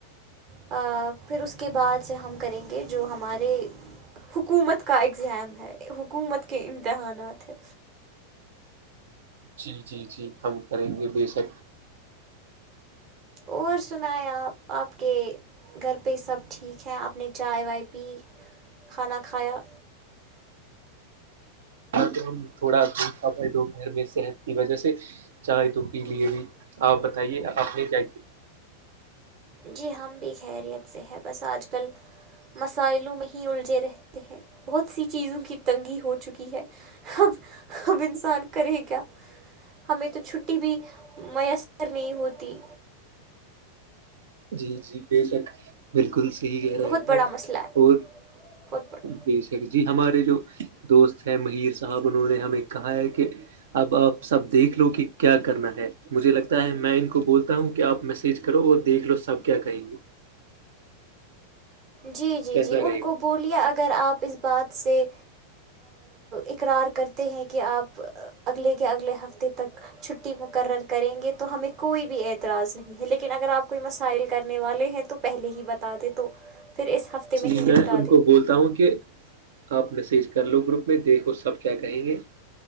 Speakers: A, on the right; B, on the right.
A: ا پھر اس کے بعد سے ہم کریں گے جو ہمارے حکومت کا اگزام ہے حکومت کے امتحانات ہے
B: جی جی جی ہم کریں گے بے شک
A: اور سنیں آپ آپ کے گھر پہ سب ٹھیک ہیں آپ نے چائے وائے پی کھانا کھایا
B: تو تھوڑا دھا پائے دوپھر میں صحت کی وجہ سے چائےے تو کے لیے بھی آپ بتائیے اپ نے جٹ
A: جی ہم بھی خیریت سے ہیں بس آج کل مسائلوں میں ہی الجے رہتے ہیں بہت سی چیزوں کی تنگی ہو چکی ہے اب اب انسان کرے کیا ہمیں تو چھٹی بھی میسر نہیں ہوتی
B: جی جی بے شک بالکل صحیح کہہ
A: بہت
B: رہے
A: بڑا
B: ہ
A: مسئلہ ہے
B: اور
A: بہت بڑا
B: بی جی ہمارے جو دوست ہے مہیر صاحب انہوں نے ہمیں کہا ہے کہ اب آپ سب دیکھ لو کہ کیا کرنا ہے مجھے لگتا ہے میں ان کو بولتا ہوں کہ آپ میسج کرو وہ دیک لو سب کیا کہیں گی
A: جی جی
B: کیسا
A: جی
B: رہے
A: ان کو
B: گا
A: بولیے اگر آپ اس بات سے اقرار کرتے ہیں کہ آپ اگلے کے اگلے ہفتے تک چھٹی مقرر کریں گے تو ہمیں کوئی بھی اعتراض نہیں ہے لیکن اگر آپ کوئی مسائل کرنے والے ہیں تو پہلے ہی بتا دیں تو پھر اس ہفتے
B: جی
A: ہی
B: میں
A: نپٹا
B: ان
A: دیں
B: کو بولتا ہوں کہ آپ میسیج کر لو گروپ میں دیکھو سب کیا کہیں گے